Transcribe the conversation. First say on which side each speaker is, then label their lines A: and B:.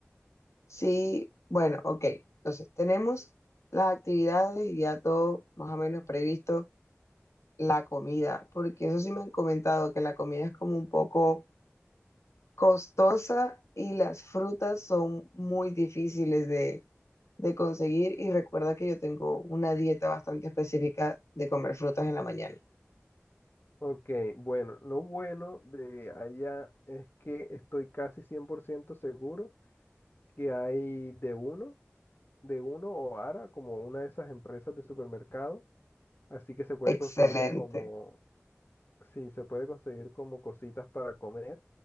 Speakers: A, on the left (about 85°); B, on the left (about 50°).
A: Sí, bueno, ok. Entonces, tenemos las actividades y ya todo más o menos previsto, la comida, porque eso sí me han comentado que la comida es como un poco costosa y las frutas son muy difíciles de, de conseguir y recuerda que yo tengo una dieta bastante específica de comer frutas en la mañana.
B: Ok, bueno, lo bueno de allá es que estoy casi 100% seguro que hay de uno, de uno o Ara, como una de esas empresas de supermercado, así que se puede
A: Excelente.
B: conseguir como, sí, se puede conseguir como cositas para comer